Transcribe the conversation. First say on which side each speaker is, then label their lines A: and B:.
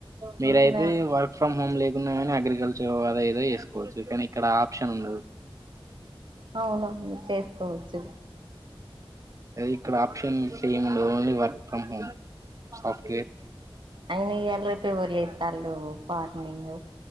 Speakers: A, on the right; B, on the right.
A: మీరయితే
B: అవునా
A: వర్క్ ఫ్రమ్ హోమ్ లేకున్నా కాని అగ్రికల్చర్ <inaudible> ఏదో చేసుకోవచ్చు కానీ ఇక్కడ ఆప్షన్ ఉండదు.
B: అవును చేసుకోవచ్చు
A: ఇక్కడ ఆప్షన్స్ ఏం ఉండదు only work from home software.
B: అయినా ఇయ్యాల రేపు ఎవరి చేతన్రు ఫార్మింగ్